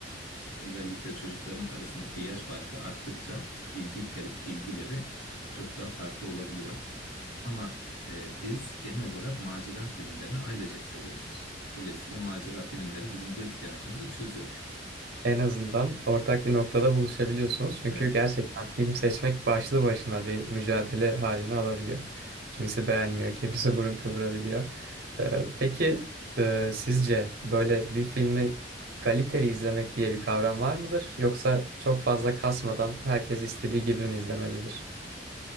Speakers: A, on the left; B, on the right.
A: Özellikle çocukların arasındaki yaş farkı arttıkça ilgi ilgileri çok daha farklı olabiliyor. Ama e, biz genel olarak macera filmlerini ailecek seviyoruz. Dolayısıyla macera filmleri bizim bu ihtiyacımızı çözüyor.
B: En azından ortak bir noktada buluşabiliyorsunuz. Çünkü
A: Evet.
B: gerçekten film seçmek başlı başına bir mücadele halini alabiliyor. Kimisi beğenmiyor, kimisi <laughs> burun kıvırabiliyor. Ee, peki e, sizce böyle bir filmi kaliteli izlemek diye bir kavram var mıdır? Yoksa çok fazla kasmadan herkes istediği gibi mi izlemelidir?